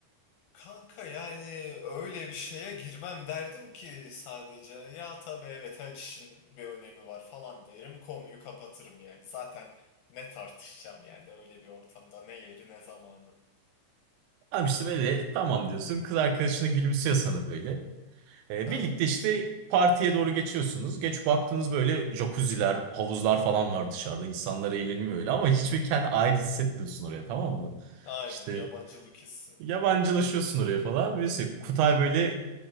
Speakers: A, on the left; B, on the right.
A: Kanka yani öyle bir şeye girmem derdim ki sadece ya tabii evet her işin bir önemi var falan derim konuyu kapatırım yani zaten ne tartışacağım yani öyle bir ortamda ne yeri ne zamanı.
B: Abi işte böyle tamam diyorsun. Kız arkadaşına gülümsüyor sana böyle. E,
A: Hı.
B: birlikte işte partiye doğru geçiyorsunuz. Geç baktınız böyle jacuzziler, havuzlar falan var dışarıda. İnsanlar eğleniyor öyle ama hiçbir kendi ait hissetmiyorsun oraya tamam mı?
A: Aynen
B: İşte
A: yabancılık hissi.
B: yabancılaşıyorsun oraya falan. Neyse Kutay böyle